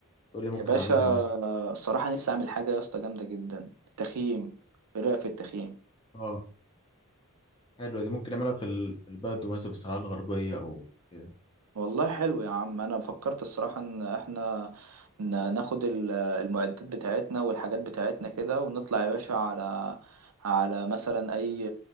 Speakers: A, on the left; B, on the right.
A: تقول لي ممكن
B: يا باشا
A: أعملها
B: آه،
A: مثلا
B: الصراحة نفسي أعمل حاجة يا اسطى جامدة جدا التخييم إيه رأيك في التخييم
A: اه حلوة دي ممكن أعملها في ال- في البدو مثلا في الصحراء الغربية أو كده
B: والله حلو يا عم انا فكرت الصراحة ان احنا ن- ناخد ال- المعدات بتاعتنا والحاجات بتاعتنا كده ونطلع يا باشا على على مثلا اي